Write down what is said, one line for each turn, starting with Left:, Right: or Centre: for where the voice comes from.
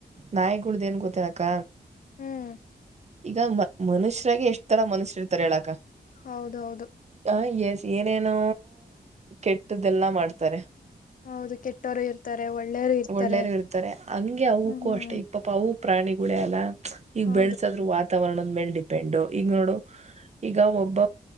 Right: ನಾಯಿಕುಡ್ದ ಏನ್ ಗೊತ್ತನಕ್ಕ
Left: ಹ್ಮ್
Right: ಈಗ ಮ ಮನುಷ್ಯರಾಗ ಎಷ್ಟ್ ತರ ಮನುಷ್ಯರು ಇರ್ತಾರೆ ಹೇಳಾಕ್ಕ
Left: ಹೌದೌದು
Right: ಹ ಎಸ್ ಏನೇನೋ ಕೆಟ್ಟ್ದೆಲ್ಲಾ ಮಾಡ್ತಾರೆ
Left: ಹೌದು ಕೆಟ್ಟೋರು ಇರ್ತಾರೆ ಒಳ್ಳೆಯರು ಇರ್ತಾರೆ
Right: ಒಳ್ಳೇರು ಇರ್ತಾರೆ ಹಂಗೆ ಅವಕ್ಕೂ
Left: ಹ್ಮ್ ಹ್ಮ್
Right: ಅಷ್ಟೇ ಈಗ ಪಾಪ ಅವು ಪ್ರಾಣಿಗಳೇ ಅಲ್ಲ ಈಗ
Left: ಹೌದು
Right: ಬೆಳಸದ್ರು ವಾತಾವರಣದ ಮೇಲ್ ಡಿಪೆಂಡ್ ಈಗ ನೋಡು ಈಗ ಒಬ್ಬ